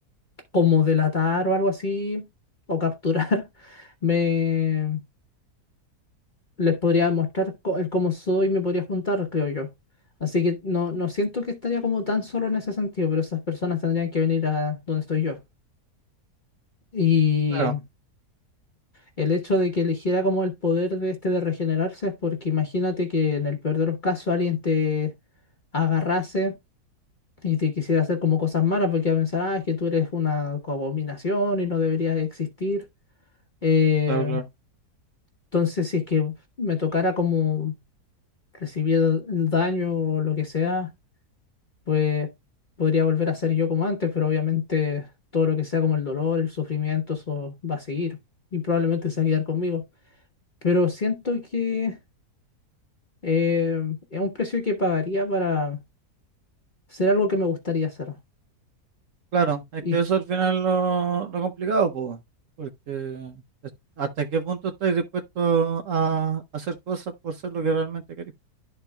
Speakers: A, on the left; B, on the right.
A: como delatar o algo así, o capturar, <laughs> me... les podría mostrar co- el cómo soy, me podría juntar, creo yo. Así que no, no siento que estaría como tan solo en ese sentido, pero esas personas tendrían que venir a donde estoy yo. Y
B: Claro.
A: el hecho de que eligiera como el poder de este de regenerarse es porque imagínate que en el peor de los casos alguien te agarrase y te quisiera hacer como cosas malas porque iba a pensar, ah, es que tú eres una abominación y no deberías existir. Eh,
B: claro, claro, claro.
A: entonces, si es que me tocara como recibir daño o lo que sea, pues podría volver a ser yo como antes, pero obviamente todo lo que sea como el dolor, el sufrimiento, eso va a seguir y probablemente se va a quedar conmigo. Pero siento que eh, es un precio que pagaría para hacer algo que me gustaría hacer.
B: Claro, es
A: Y,
B: que eso al final lo, lo complicado, po, porque es- hasta qué punto estás dispuesto a hacer cosas por ser lo que realmente querés,